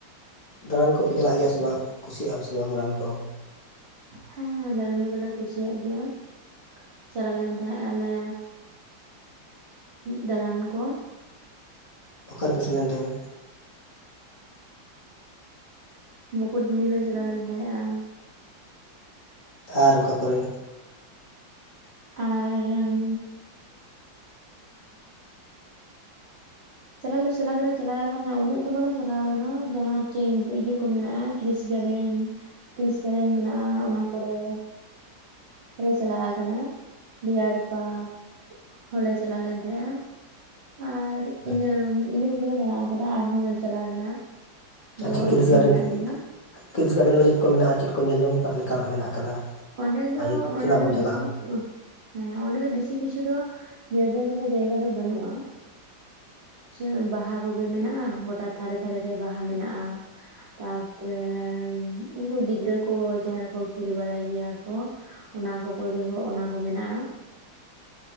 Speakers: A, on the left; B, on the right.
A: ᱫᱟᱬᱟᱱ ᱠᱚᱯᱮ ᱪᱟᱞᱟᱜ ᱜᱮᱭᱟ ᱥᱮ ᱵᱟᱝ ᱠᱩᱥᱤᱭᱟᱜᱼᱟ ᱯᱮ ᱥᱮ ᱵᱟᱝ ᱨᱟᱱ ᱠᱚ᱾
B: ᱦᱮᱸ, ᱫᱟᱬᱟᱱ ᱠᱚ ᱫᱚᱞᱮ ᱠᱩᱥᱤᱭᱟᱜ ᱜᱮᱭᱟ᱾ ᱪᱟᱞᱟᱣ ᱞᱮᱱ ᱛᱟᱦᱮᱸᱜ ᱟᱞᱮ ᱫᱟᱬᱟᱱ ᱠᱚ
A: ᱚᱠᱟᱨᱮᱯᱮ ᱥᱮᱱ ᱞᱮᱱ ᱛᱟᱦᱮᱱᱟ
B: ᱢᱩᱠᱩᱴᱢᱩᱱᱤ ᱞᱮ ᱪᱟᱞᱟᱣ ᱞᱮᱱ ᱛᱟᱦᱮᱸᱜᱼᱟ
A: ᱟᱨ ᱚᱠᱟ ᱠᱚᱨᱮ
B: ᱟᱨ ᱩᱸ ᱪᱟᱞᱟᱜ ᱪᱞᱟᱟᱜ ᱫᱚᱞᱮ ᱪᱟᱞᱟᱣ ᱠᱟᱱᱟ ᱩᱱᱟᱹᱜ ᱫᱚ ᱵᱟᱞᱮ ᱪᱟᱞᱟᱣ ᱠᱟᱱᱟ ᱡᱟᱦᱟᱸ ᱪᱮ ᱠᱚ ᱢᱮᱱᱟᱜᱼᱟ ᱠᱨᱤᱥ ᱜᱟᱨᱰᱮᱱ ᱠᱨᱤᱥ ᱜᱟᱨᱰᱮᱱ ᱢᱮᱱᱟᱜᱼᱟ ᱚᱱᱟ ᱠᱚᱨᱮ ᱨᱮ ᱪᱟᱞᱟᱣ ᱠᱟᱱᱟ ᱰᱤᱭᱟᱨ ᱯᱟᱨᱠ ᱦᱚᱞᱮ ᱪᱟᱞᱟᱣ ᱞᱮᱱ ᱛᱟᱦᱮᱸᱜᱼᱟ ᱟᱨ
A: ᱟᱪᱪᱷᱟ
B: ᱤᱱᱟᱹ ᱤᱱᱟᱹ ᱠᱚᱜᱮᱞᱮ ᱫᱟᱬᱟ ᱟᱠᱟᱫᱟ ᱟᱨᱦᱚᱸ ᱪᱟᱞᱟᱣ ᱨᱮᱱᱟᱜ ᱫᱚ
A: ᱟᱪᱪᱷᱟ ᱠᱤᱨᱤᱥ
B: ᱤᱪᱪᱷᱟᱹ
A: ᱜᱟᱨᱰᱮᱱ
B: ᱢᱮᱱᱟᱜ ᱜᱮᱭᱟ
A: ᱠᱤᱨᱤᱥ ᱜᱟᱨᱰᱮᱱ ᱫᱚ ᱪᱮᱫ ᱠᱚ ᱢᱮᱱᱟᱜ-ᱟ ᱪᱮᱫ ᱠᱚ ᱧᱮᱞ ᱡᱚᱝ ᱞᱮᱠᱟᱱᱟᱜ ᱢᱮᱱᱟᱜ ᱟᱠᱟᱫᱟ
B: ᱚᱸᱰᱮ ᱫᱚ
A: ᱟᱨ ᱪᱮᱫᱟᱜ
B: ᱚᱸᱰᱮ ᱫᱚ
A: ᱵᱚᱱ
B: ᱵᱮᱥᱤ
A: ᱪᱟᱞᱟᱜᱼᱟ
B: ᱦᱮᱸ ᱚᱸᱰᱮ ᱫᱚ ᱵᱮᱥᱤ ᱠᱤᱪᱷᱩ ᱫᱚ ᱤᱭᱟᱹᱡᱚᱱᱱᱟ ᱡᱟᱭᱜᱟ ᱫᱚ ᱵᱟᱹᱱᱩᱜ-ᱟ ᱥᱮ ᱵᱟᱦᱟ ᱠᱚᱜᱮ ᱢᱮᱱᱟᱜ-ᱟ ᱜᱚᱴᱟ ᱛᱷᱟᱨᱮ ᱛᱷᱟᱨᱮᱛᱮ ᱵᱟᱦᱟ ᱢᱮᱱᱟᱜ-ᱟ ᱛᱟᱯᱚᱨᱮ ᱩᱱᱠᱩ ᱜᱤᱫᱽᱨᱟᱹ ᱠᱚ ᱡᱟᱦᱟᱸ ᱨᱮᱠᱚ ᱠᱷᱮᱞ ᱵᱟᱲᱟᱭ ᱜᱮᱭᱟ ᱠᱚ ᱚᱱᱟ ᱠᱚᱠᱚ ᱫᱚᱦᱚ ᱚᱱᱟ ᱠᱚ ᱢᱮᱱᱟᱜᱼᱟ